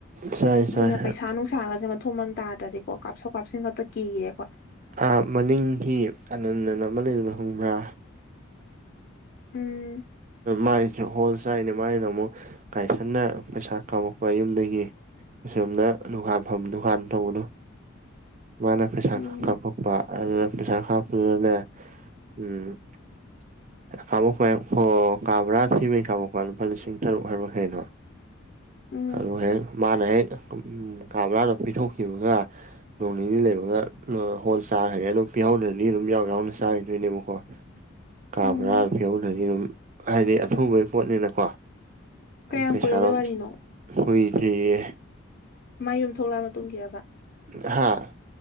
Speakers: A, on the right (about 40°); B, on the left (about 50°).
A: ꯆꯥꯏ
B: ꯑꯗꯨꯅ
A: ꯆꯥꯏ
B: ꯄꯩꯁꯥ ꯅꯨꯡꯁꯥꯒꯁꯦ ꯃꯊꯣꯡ ꯃꯟ ꯇꯥꯗ꯭ꯔꯗꯤꯀꯣ ꯀꯥꯞꯁꯣꯛ ꯀꯥꯞꯁꯤꯟ ꯈꯛꯇ ꯀꯤꯔꯦꯀꯣ
A: ꯑ ꯃꯅꯤꯡ ꯍꯤ ꯑꯅꯟꯗꯟ ꯑꯃ ꯂꯩꯕꯅꯣ ꯍꯣꯡꯕ꯭ꯔꯥ
B: ꯎꯝ
A: ꯃꯥꯏꯁꯨ ꯍꯣꯜ ꯆꯥꯏꯅꯤ ꯃꯥꯏꯅ ꯑꯃꯨꯛ ꯀꯥꯏꯁꯟꯅ ꯄꯩꯁꯥ ꯀꯥꯝꯃꯛꯄ ꯌꯨꯝꯗꯒꯤ ꯑꯁꯣꯝꯅ ꯗꯨꯥꯟ ꯐ ꯗꯨꯀꯥꯟ ꯊꯧꯕꯅꯣ
B: <inaudible> <unintelligible>
A: ꯃꯥꯅ ꯐꯤꯁꯥ
B: ꯎꯝ
A: ꯈꯞꯇꫭꯛꯄ ꯑꯗꯨꯗ ꯄꯩꯁꯥ ꯍꯥꯞꯄꯗꯨꯅꯦ ꯎꯝ ꯍꯜꯂꯦꯐ꯭ꯔꯦꯝ ꯑꯣ ꯀꯥꯕ꯭ꯔꯥ ꯊꯤꯕꯩ ꯀꯥꯞꯄꯛꯄ ꯂꯨꯄꯥ ꯂꯤꯁꯤꯡ ꯇꯔꯨꯛ ꯍꯥꯏꯕ ꯀꯩꯅꯣ
B: ꯎꯝ
A: ꯑꯂꯨꯍꯦꯟ ꯃꯥꯅ ꯍꯦꯛ ꯀꯥ ꯕꯔꯥꯗꫭ ꯄꯤꯊꯣꯛꯈꯤꯕꯒ ꯅꯣꯡ ꯅꯤꯅꯤ ꯂꯩꯕꯒ ꯄ꯭ꯂꫭꯈꫭꯜ ꯇꯥꯒꯔꯦ ꯑꯗꯨ ꯄꯤꯍꯧꯗ ꯃꯤꯗꯨꯝ ꯌꯥꯎ ꯌꯥꯎꯅ ꯆꯥꯏꯗꯣꯏꯅꯦꯕꯀꯣ ꯀꯥꯕ꯭ꯔꯥ
B: ꯎꯝ
A: ꯊꯤ ꯑꯗꯗꯤ ꯗꯨꯝ ꯍꯥꯏꯗꯤ ꯑꯊꯨꯕꯩ ꯄꯣꯠꯅꯤꯅꯀꯣ
B: ꯀꯌꯥꯝ
A: ꯄꯩꯁꯥꯔꯣ
B: ꯀꯨꯏꯔꯕꯩ ꯋꯥꯔꯤꯅꯣ
A: ꯀꯨꯏꯗꯔꯤꯌꯦ
B: ꯃꯥꯏ ꯌꯨꯝ ꯊꯣꯛꯂꯛꯑ ꯃꯇꯨꯡꯒꯤꯔꯕ
A: ꯍꯥ